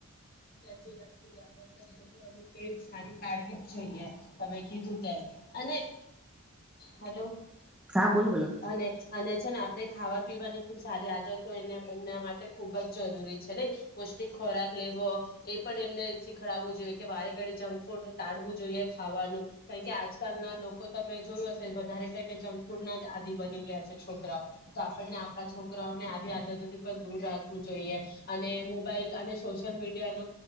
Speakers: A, on the left; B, in the centre.
A: સાચી વાત ગ આપે છોકરા ક સારી પાળવી જ જોઈએ તમે કીધું તેમ અને હલો
B: હા
A: <unintelligible>
B: બોલો બોલો
A: અને અને છે ને આપણે ખાવા પીવાની પણ સારી આદતો એને એમના માટે ખૂબ જ જરૂરી છે નય પૌષ્ટિક ખોરાક લેવો એ પણ એમને શીખડાવું જોઈએ કે વારે ઘડીયે જંક ફૂડ ટાળવું જોઈએ ખાવાનું કારણ કે આજકાલના લોકો તમે જોયુ હશે વધારે ખાય ને જંક ફૂડ ના જ આદિ બની ગયા છે છોકરાઓ તો આપણને આપણા છોકરાઓને આવી આદતોથી પણ દૂર રાખવું જોઈએ અને મોબાઈલ અને સોશિયલ મીડિયા ન પણ